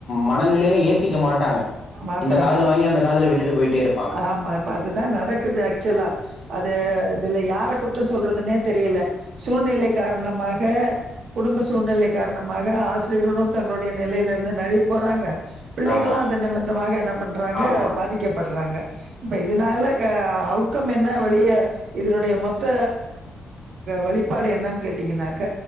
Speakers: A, on the left; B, on the right.
A: மனநிலையில ஏத்திக்க மாட்டாங்க
B: மாட்டாங்க.
A: இந்த காதுல வாங்கி அந்த காதுல விட்டுட்டு போயிட்டே இருப்பாங்க
B: ஆமா இப்ப அதுதா நடக்குது ஆக்சுவலா அது இதுல யார குற்றம் சொல்றதுன்னே தெரியல சூழ்நிலை காரணமாக குடும்ப சூழ்நிலை காரணமாக ஆசிரியர்களும் தங்களுடைய நிலையில இருந்து நழுவி போறாங்க பிள்ளைங்களும்
A: ஆமா
B: அது நிமத்தமாக என்ன பண்றாங்க
A: ஆமா
B: பாதிக்கப்படறாங்க இப்ப இதனால க அவுட்கம் என்ன வெளிய இதனுடைய மொத்த வழிபாடு என்னன்னு கேட்டீங்கன்னாக்க